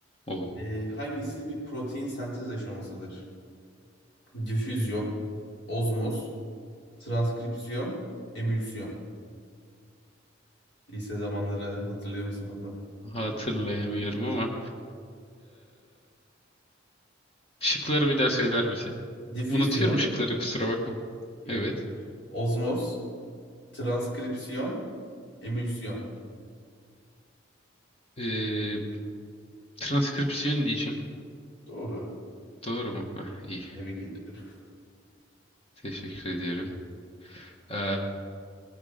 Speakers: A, on the left (about 30°); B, on the left (about 60°).
A: O
B: E, hangisi bir protein sentez aşamasıdır? Difüzyon, ozmoz, transkripsiyon, emülsiyon. Lise zamanları hatırlıyor musun bakalım?
A: hatırlayamıyorum ama. Şıkları bir daha söyler misin?
B: Difüzyon,
A: Unutuyorum şıkları kusura bakma.
B: yok.
A: Evet.
B: yok. Ozmoz, transkripsiyon, emülsiyon.
A: Ee, transkripsiyon diyeceğim.
B: Doğru.
A: Doğru mu? Hah, iyi.
B: Tebrik ediyorum.
A: Teşekkür ediyorum. Ee,